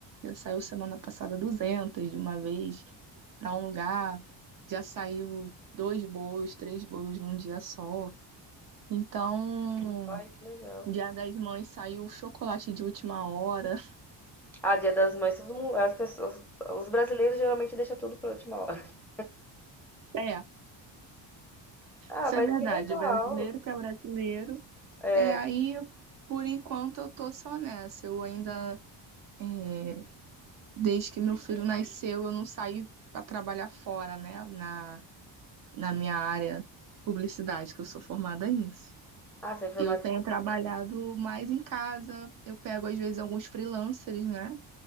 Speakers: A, on the right; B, in the centre.
A: já saiu semana passada 200 de uma vez para um lugar, já saiu dois bolos, três bolos num dia só. Então,
B: Ai, que legal.
A: Dia das Mães saiu chocolate de última hora. <laughs>
B: Ah, Dia das Mães todo mun as pessoas os brasileiros geralmente deixa tudo pra última hora. <laughs>
A: É,
B: Ah,
A: isso
B: mas
A: é verdade.
B: que legal.
A: O brasileiro que é brasileiro
B: É.
A: É, aí, por enquanto, eu tô só nessa. Eu ainda, é, desde que meu filho nasceu, eu não saí para trabalhar fora, né? Na, na minha área publicidade, que eu sou formada nisso.
B: Ah, você é formada
A: Eu tenho
B: em
A: trabalhado mais em casa. Eu pego, às vezes, alguns freelancers, né?